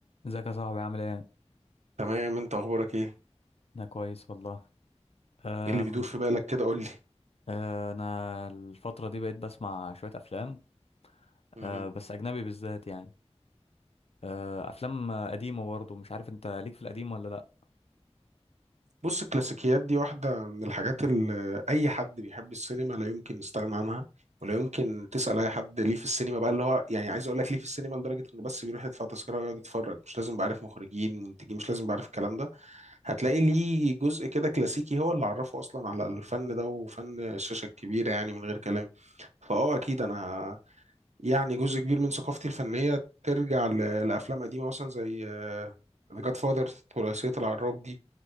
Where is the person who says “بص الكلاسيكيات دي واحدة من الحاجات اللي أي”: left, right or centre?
Right